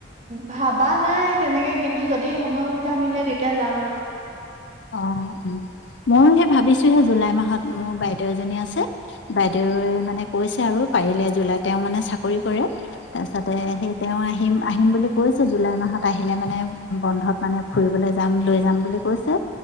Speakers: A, on the right (about 35°); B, on the left (about 60°).
A: ভাবা নাই তেনেকে কিন্তু যদি সময় সুবিধা মিলে তেতিয়া যাম আৰু।
B: অ', অ', মইয়ো সেই ভাবিছোহে জুলাই মাহত মোৰ বাইদেউ এজনী আছে, বাইদেউে মানে কৈছে আৰু পাৰিলে জুলাই তেওঁ মানে চাকৰি কৰে তাৰপিছতে সেই তেওঁ আহিম আহিম বুলি কৈছে জুলাই মাহত আহিলে মানে বন্ধত মানে ফুৰিবলৈ যাম লৈ যাম বুলি কৈছে।